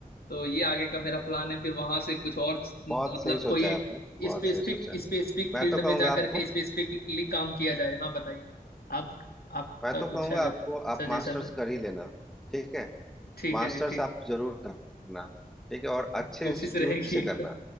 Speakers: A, on the left; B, in the centre.
A: तो ये आगे का मेरा प्लान है फिर वहां से कुछ और मतलब
B: बहुत सही सोचा
A: कोई
B: है
A: एक
B: आपने बहुत
A: स्पेसिफिक
B: सही सोचा है
A: स्पेसिफिक
B: मैं
A: फील्ड
B: तो कहूंगा
A: में जा
B: आपको
A: करके स्पेसिफिकली काम किया जाए हाँ बताइए आप आपका
B: मैं तो
A: कुछ
B: कहूंगा
A: अगर
B: आपको आप
A: सजेशन
B: मास्टर्स
A: हो
B: कर ही लेना ठीक है
A: ठीक
B: मास्टर्स
A: है जी ठीक
B: आप जरूर करना ठीक है और अच्छे
A: कोशिश
B: इंस्टीट्यूट
A: रहेगी
B: से करना
A: एकदम